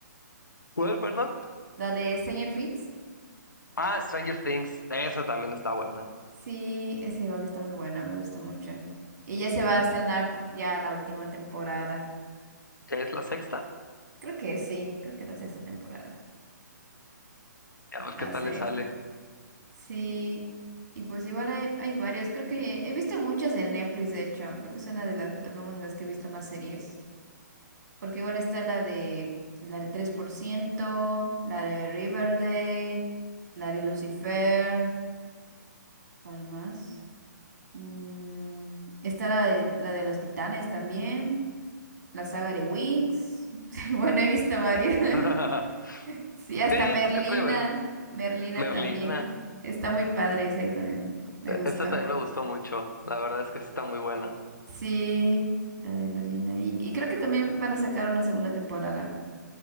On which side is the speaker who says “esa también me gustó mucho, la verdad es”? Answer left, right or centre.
Left